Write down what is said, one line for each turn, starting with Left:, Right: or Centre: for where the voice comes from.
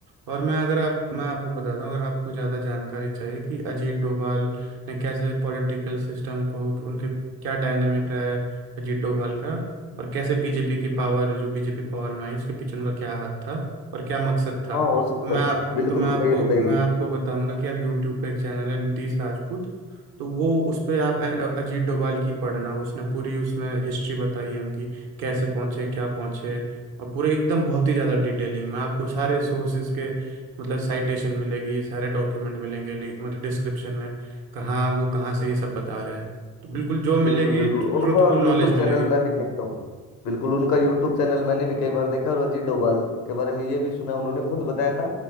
Right: और मैं अगर आप मैं आपको बताता हूँ अगर आपको ज़्यादा जानकारी चाहिए कि अजीत डोभाल ने कैसे पॉलिटिकल सिस्टम को उनके क्या डायनेमिक रहा है अजीत डोभाल का और कैसे बीजेपी की पावर जो बीजेपी पावर में आई उसके पीछे उनका क्या हाथ था और क्या मकसद
Left: हाँ
Right: था
Left: हो सकता
Right: तो मैं आप
Left: है बिल्कुल
Right: तो मैं आपको
Left: बताइए बताइए
Right: मैं आपको बताऊंगा कि आप यूट्यूब पे एक चैनल है नीतीश राजपूत तो वो उस पे आप अ- अ- अजीत डोभाल की पढ़ना उसने पूरी उसमें हिस्ट्री बताई है उनकी कैसे पहुंचे क्या पहुंचे और पूरे एकदम बहुत ही ज़्यादा डिटेलिंग में आपको सारे सोर्सेज के मतलब साइटेशन मिलेगी सारे डॉक्यूमेंट मिलेंगे link- मतलब डिस्क्रिप्शन में कहाँ वो कहाँ से ये सब बता रहे हैं तो बिल्कुल जो मिलेगी
Left: बिल्कुल बिल्कुल हम्म उनको
Right: ट्रूथफुल
Left: यूट्यूब
Right: नॉलेज मिलेगी
Left: चैनल मैं भी देखता हूँ बिल्कुल उनका यूट्यूब चैनल मैंने भी कई बार देखा और अजीत डोभाल के बारे में ये भी सुना है, उन्होंने खुद बताया था